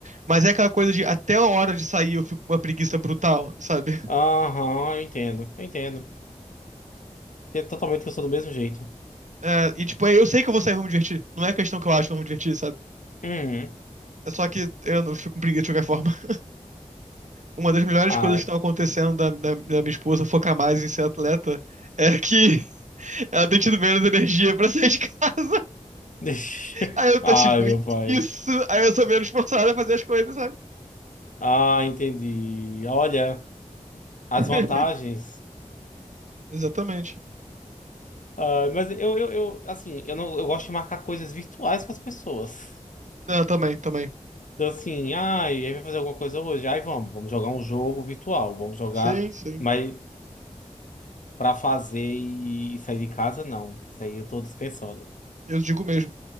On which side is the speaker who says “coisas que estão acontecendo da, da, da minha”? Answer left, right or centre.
Right